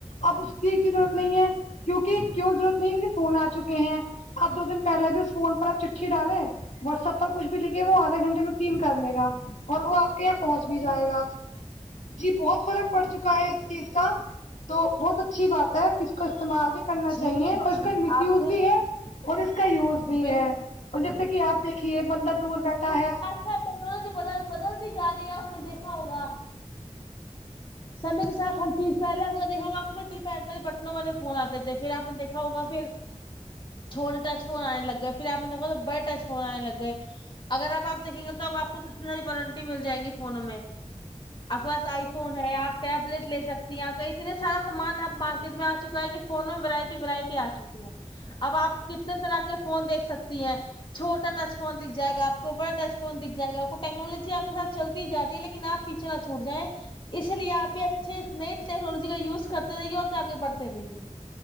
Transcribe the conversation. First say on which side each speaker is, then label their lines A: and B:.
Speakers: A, on the left; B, on the left.
A: اب اس کی کی ضرورت نہیں ہے کیونکہ کیوں ضرورت نہیں فون آ چکے ہیں اب دو دن پہلے بھی اس فون پر آپ چ ڈالیں واٹسپ پر کچھ بھی لے کے وہ آدھے گھنٹے میں ٹیم کر لے گا اور وہ آپ کے لئے پہنچ بھی جائے گا جی بہت فرق پڑ چکا ہے اس چیز کا تو بہت اچھی بات ہے اس کو استعمال بھی کرنا
B: جی
A: چاہیے اور اس
B: جی
A: کا مس
B: آپ
A: یوز
B: نے
A: بھی ہے اور اس کا یوز بھی
B: بل
A: ہے اور جیسے کہ آپ دیکھیے بندہ دور بیٹھا ہے
B: ا ٹیکنالوجی بد بدلتی جا رہی ہے آپ نے دیکھا ہوگا
A: <inaudible>
B: سر میں تو ساتھ ہر چیز پہلے آپنے دیکھا ہوگا بٹنوں والے فون آتے تھے پھر آپ نے دیکھا ہوگا پھر
A: <inaudible>
B: چھوٹے ٹچ فون آنے لگے پھر آپ نے دیکھا بڑے ٹچ فون آنے لگے اگر آپ دیکھیں گے تو اب آپکو کتنی ساری وارنٹی مل جائے گی فونوں میں آپ کے پاس آئی فون ہے آپ ٹیبلیٹ لے سکتی ہیں آ اتنے سارا سامان اب مارکیٹ میں آ چکا ہے کہ فونوں میں ورائٹی وورائٹی آ چکی ہے اب آپ کتنے طرح کے فون دیکھ سکتی ہیں چھوٹا ٹچ فون دکھ جائے گا آپ کو بڑا ٹچ فون دکھ جائے گا آپ کو ٹیکنالوجی آپ کے ساتھ چلتی ہی جا رہی ہے لیکن آپ پیچھا چھوٹ جائے اس لیے آپ بھی اچھے نئی ٹیکنالوجی کا یوز کرتے رہیے اور آگے بڑھتے رہیے